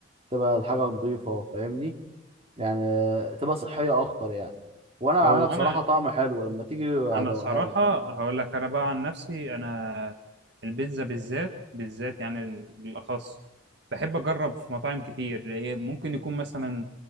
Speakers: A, on the right; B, on the right.
A: تبقى الحاجة نظيفة فاهمني يعني تبقى صحيه اكتر يعني وانا بعملها
B: هو
A: بصراحه
B: انا
A: طعم حلو لما تيجي هدوقها
B: انا صراحه
A: لك يعني
B: هقول لك انا بقى عن نفسي انا البيتزا بالذات بالذات يعني بالاخص بحب اجرب في مطاعم كتير هي ممكن يكون مثلا